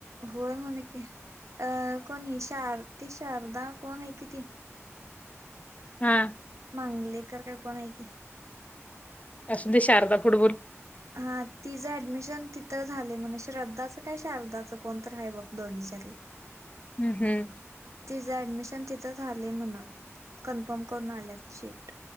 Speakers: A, on the right; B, on the left.
A: होय म्हण की अं कोणी ही शार ती शारदा कोण आहे कि ती.
B: हां
A: अंगलेकर काय कोण आहे की.
B: असुदे शारदा पुढ बोल.
A: हां तिझं ऍडमिशन तिथं झालंय म्हण श्रद्धाचं काय शारदाचं कोण तर आहे बघ दोघी च्यातल.
B: हम्म हम्म.
A: तिचं ऍडमिशन तिथं झालंय म्हणं कन्फर्म करून आल्यात शीट.